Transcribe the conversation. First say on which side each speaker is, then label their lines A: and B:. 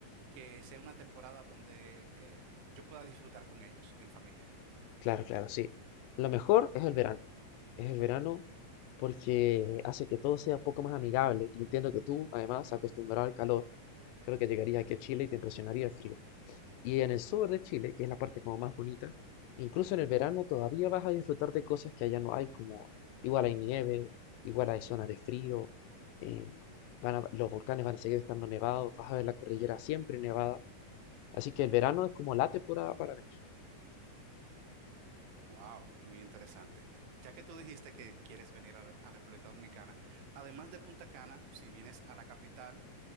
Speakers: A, on the right; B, on the left.
A: que sea una temporada donde eh, yo pueda disfrutar con ellos en familia.
B: Claro, claro, sí. Lo mejor es el verano. Es el verano porque hace que todo sea un poco más amigable. Y entiendo que tú, además, acostumbrado al calor, creo que llegarías aquí a Chile y te impresionaría el frío. Y en el sur de Chile, que es la parte como más bonita, incluso en el verano todavía vas a disfrutar de cosas que allá no hay, como igual hay nieve, igual hay zonas de frío, eh, van a- los volcanes van a seguir estando nevados, vas a ver la cordillera siempre nevada. Así que el verano es como la temporada para venir.
A: Wow, muy interesante. Ya que tú dijiste que quieres venir a, Re- a República Dominicana, además de Punta Cana, si vienes a la capital,